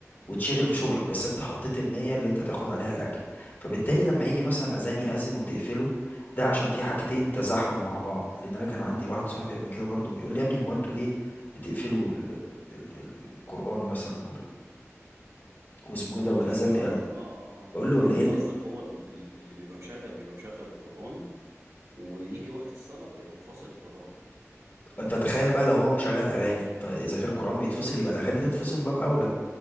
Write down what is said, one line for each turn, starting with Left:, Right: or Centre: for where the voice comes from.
Left: وتشغل في شغلك
Right: امم
Left: بس انت حطيت النية اللي انت تاخد عليها الاجر فبالتالي لما يجي مثلا اذان يأذن وتقفله ده عشان في حاجتين تزاحموا مع بعض لان انا كان عندي واحد صاحبي قبل كده برضو بيقول لي يا ابني هو انتوا ليه بتقفلوا ال- ال- ال- القرآن مثلا واسمه ايه
Right: وقت
Left: ده والاذان
Right: الصلاه
Left: بي-
Right: اه اه اه
Left: بقول له
Right: يعني
Left: لان
Right: انت قصدك هو ال- ال- اللي بيبقى مشغل بيبقى مشغل القران ويجي وقت الصلاه فيقوم فاصل القران
Left: فتخيل بقى لو هو مشغل اغاني فاذا كان القران بيتفصل يبقى الاغاني تتفصل من باب اولى